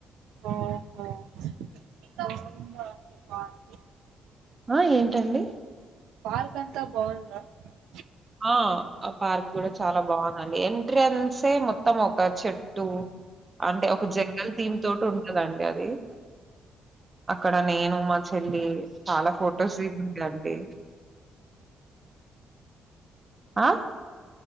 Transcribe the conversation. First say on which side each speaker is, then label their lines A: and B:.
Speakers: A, on the right; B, on the right.
A: ఓహో అ బవ్
B: ఆ ఏంటండి
A: పార్క్ అంతా బాగుంటదా అంటూ
B: ఆ ఆ పార్క్ కూడా చాలా బాగుందండి ఎం రెన్సే ముొత్తం త్తం ఒక చెట్టు అంటే ఒక జంగల్ థీమ్ తోటి ఉండదండి అది అక్కడ నేను మా చెల్లి చాలా ఫొటోస్ దిగా అండి ఆ